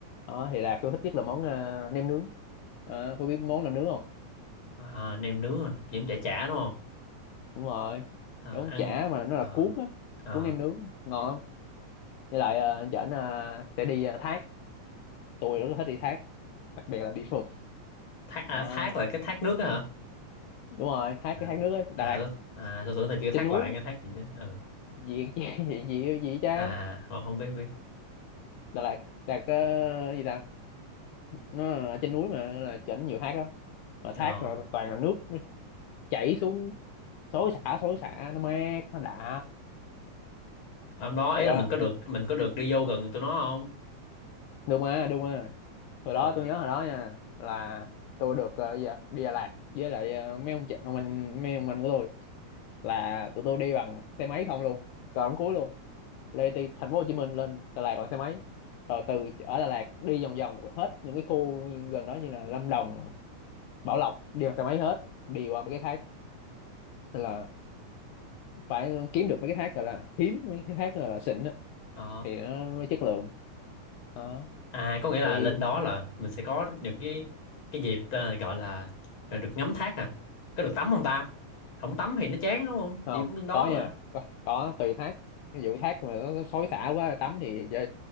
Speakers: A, on the left; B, on the left.
A: đó, thì là tôi thích nhất là món ờ, nem nướng Ờ, cô biết món nem nướng không
B: à, nem nướng à kiếm chả chả đúng không
A: đúng rồi
B: à,
A: giống
B: ăn
A: chả mà nó
B: à,
A: là cuốn á
B: à,
A: cuốn nem nướng ngon lắm với lại ờ, anh chở ờ, sẽ đi ờ, thác tôi rất là thích đi thác đặc biệt là đi phượt
B: thác à,
A: Ờ,
B: thác là cái thác nước á hả
A: đúng rồi thác
B: à,
A: cái thác nước á Đà
B: à,
A: Lạt
B: tôi- à tôi tưởng là kiểu thác
A: trên núi
B: loạn cái thác gì chứ ừ.
A: gì gì gì gì gì cha
B: à à, không, không biết biết
A: Đà Lạt Đà Lạt <laughs> ờ, gì ta nó ở trên núi mà nên là chỉnh nhiều thác lắm mà thác
B: Ờ.
A: rồi toàn là nước nó chảy xuống xối xả xối xả nó mát nó đã
B: hôm đó ấy
A: thiệt á
B: là mình có được mình có được đi vô gần tụi nó không
A: đúng mà đúng mà hồi
B: được
A: đó
B: hả
A: tôi
B: à.
A: nhớ hồi đó nha là tôi được ờ, gì ạ? đi Đà Lạt với lại ờ, mấy ông chị ông anh mấy ông anh của tôi là tụi tôi đi bằng xe máy không luôn còn cuối luôn lê từ thành phố Hồ Chí Minh lên Đà Lạt bằng xe máy rồi từ ở Đà Lạt đi vòng vòng hết những cái khu gần đó như là Lâm Đồng Bảo Lộc đi bằng xe máy hết đi qua mấy cái thác Tức là phải kiếm được mấy cái thác gọi là hiếm mấy cái thác gọi là xịn á,
B: Ờ.
A: thì nó mới chất lượng đó.
B: À có nghĩa là
A: thì
B: lên đó là mình sẽ có những cái cái dịp ờ, gọi là là được ngắm thác hả? Có được tắm không ta? Không tắm thì nó chán đúng không?
A: không
B: Chị cũng lên đó
A: có nha
B: mà.
A: có, có tùy thác ví dụ
B: Thì-
A: thác mà nó, nó xối xả quá tắm thì cho